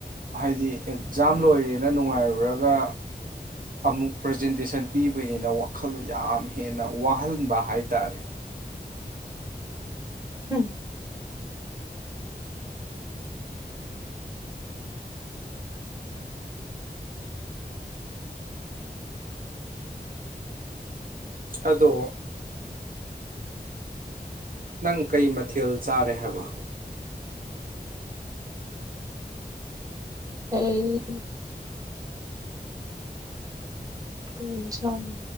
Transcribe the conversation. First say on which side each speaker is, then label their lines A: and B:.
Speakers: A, on the right; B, on the right.
A: ꯍꯥꯏꯗꯤ ꯑꯦꯛꯖꯥꯝ ꯂꯣꯏꯔꯦꯅ ꯅꯨꯡꯉꯥꯏꯔꯨꯔꯒ ꯑꯃꯨꯛ ꯄ꯭ꯔꯖꯦꯟꯇꯦꯁꯟ ꯄꯤꯕꯅꯤꯅ ꯋꯥꯈꯜꯗꯣ ꯌꯥꯝ ꯍꯦꯟꯅ ꯋꯥꯍꯟꯕ ꯍꯥꯏ ꯇꯥꯔꯦ
B: ꯎꯝ
A: ꯑꯗꯣ ꯅꯪ ꯀꯩ ꯃꯊꯦꯜ ꯆꯥꯔꯦ ꯍꯥꯏꯕ
B: ꯑꯩ ꯀꯩ ꯏꯟꯁꯥꯡ